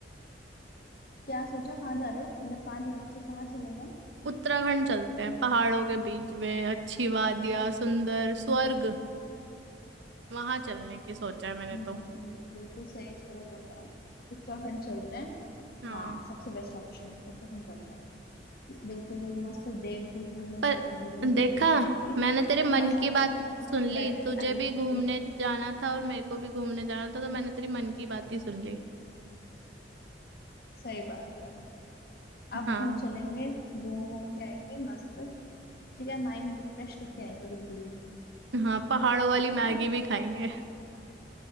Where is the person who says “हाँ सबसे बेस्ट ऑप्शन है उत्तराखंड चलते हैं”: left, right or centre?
Left